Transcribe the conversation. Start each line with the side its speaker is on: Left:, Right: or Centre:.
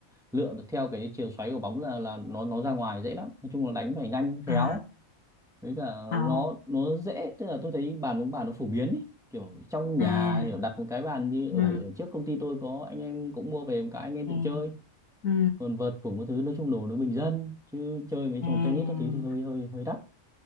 Centre: lựa được theo cái chiều xoáy của bóng là là nó nó ra ngoài dễ lắm nói chung là đánh phải nhanh khéo
Left: à
Centre: với cả
Left: ồ
Centre: nó nó dễ tức là tôi thấy bàn bóng bàn nó phổ biến ý kiểu trong nhà
Left: à
Centre: kiểu đặt một cái bàn như ở
Left: ừ
Centre: ở trước công ty tôi có anh em cũng mua về một cái anh em
Left: ừ
Centre: tự chơi
Left: ừ
Centre: còn vợt phủng các thứ nói chung đồ nó bình dân chứ chơi mấy
Left: à.
Centre: trò tennis các thứ thì hơi hơi hơi đắt